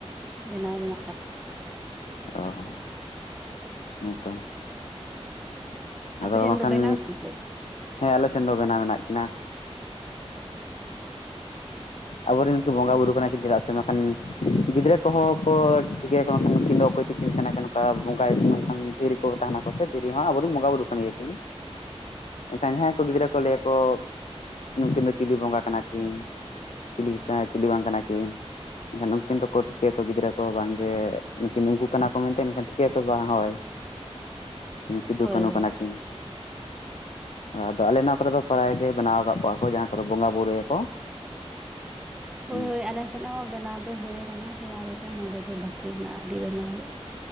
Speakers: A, in the centre; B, on the left.
A: ᱵᱮᱱᱟᱣ ᱨᱮᱱᱟᱜ ᱠᱟᱛ
B: ᱚᱷ ᱦᱮᱸᱛᱚ ᱟᱫᱚ
A: ᱟᱯᱮ ᱴᱷᱮᱱ
B: ᱢᱟᱠᱷᱟᱱ
A: ᱫᱚ ᱵᱮᱱᱟᱣ ᱦᱩᱭ ᱪᱮᱫ?
B: ᱦᱮᱸ ᱟᱞᱮ ᱥᱮᱱ ᱫᱚ ᱵᱮᱱᱟᱣ ᱢᱮᱱᱟᱜ ᱠᱤᱱᱟ ᱟᱵᱚᱨᱮᱱ ᱦᱚᱸᱛᱚ ᱵᱚᱸᱜᱟ
A: ᱦᱳᱭ
B: ᱵᱩᱨᱩ ᱠᱟᱱᱟ ᱠᱤᱱ ᱪᱮᱫᱟᱜ ᱥᱮ ᱵᱟᱝᱠᱷᱟᱱ᱾ ᱜᱤᱫᱽᱨᱟᱹ ᱠᱚᱦᱚᱸ ᱠᱚ ᱴᱷᱤᱠᱟᱹᱭᱟᱠᱚ ᱢᱮᱱᱠᱷᱟᱱ ᱱᱩᱠᱤᱱ ᱫᱚ ᱚᱠᱚᱭ ᱛᱤᱠᱤᱱ ᱠᱟᱱᱟᱠᱤᱱ ᱱᱚᱝᱠᱟ ᱚᱱᱠᱟᱱ ᱱᱚᱝᱠᱟᱱ ᱰᱷᱤᱨᱤᱠ ᱛᱟᱦᱮᱱᱟ ᱠᱚ ᱥᱮ ᱫᱤᱨᱤ ᱦᱚᱸ ᱟᱵᱚᱨᱮᱱ ᱵᱚᱸᱜᱟ ᱵᱩᱨᱩ ᱠᱟᱱ ᱜᱮᱭᱟᱠᱤᱱ ᱮᱱᱠᱷᱟᱱ ᱡᱟᱦᱟᱸᱭ ᱠᱚ ᱜᱤᱫᱽᱨᱟᱹ ᱠᱚ ᱞᱟᱹᱭᱟ ᱠᱚ ᱱᱩᱠᱤᱱ ᱫᱚ ᱪᱤᱞᱤ ᱵᱚᱸᱜᱟ ᱠᱟᱱᱟ ᱠᱤᱱ ᱪᱤᱞᱤ ᱠᱟ ᱪᱤᱞᱤ ᱵᱟᱝ ᱠᱟᱱᱟ ᱠᱤᱱ᱾ ᱩᱱᱠᱤᱱ ᱫᱚᱠᱚ ᱴᱷᱤᱠᱟᱹᱭᱟ ᱠᱚ ᱜᱤᱫᱽᱨᱟᱹ ᱠᱚ ᱵᱟᱝ ᱡᱮ ᱱᱩᱠᱤᱱ ᱩᱱᱠᱩ ᱠᱟᱱᱟ ᱠᱚ ᱢᱮᱱᱛᱮ ᱮᱱᱠᱷᱟᱱ ᱴᱷᱤᱠᱟᱹᱭᱟ ᱠᱚ ᱵᱟᱝ ᱦᱳᱭ᱾ ᱱᱩᱠᱤᱱ ᱥᱤᱫᱩ
A: ᱦᱳᱭ
B: ᱠᱟᱱᱳ
A: ᱦᱳᱭ
B: ᱠᱟᱱᱟ ᱠᱤᱱ ᱟᱫᱚ ᱟᱞᱮ ᱱᱚᱣᱟ ᱠᱚᱨᱮ ᱫᱚ ᱯᱨᱟᱭ ᱜᱮ ᱵᱮᱱᱟᱣ ᱠᱟᱜ ᱠᱚᱣᱟ ᱠᱚ ᱡᱟᱦᱟᱸ ᱠᱚᱨᱮ ᱵᱚᱸᱜᱟ ᱵᱩᱨᱩᱭᱟᱠᱚ᱾
A: ᱦᱳᱭ
B: ᱦᱩᱸ
A: ᱦᱳᱭ ᱟᱞᱮᱥᱮᱫ ᱦᱚᱸ ᱵᱮᱱᱟᱣ ᱫᱚ ᱦᱩᱭ ᱟᱠᱟᱱᱟ ᱛᱚ ᱟᱞᱮ ᱴᱷᱮᱱ ᱱᱚᱰᱮ ᱜᱮ ᱵᱟᱹᱠᱤ ᱦᱮᱱᱟᱜ-ᱟ ᱟᱹᱰᱤ ᱵᱮᱱᱟᱣ ᱦᱩᱭᱩᱜ ᱾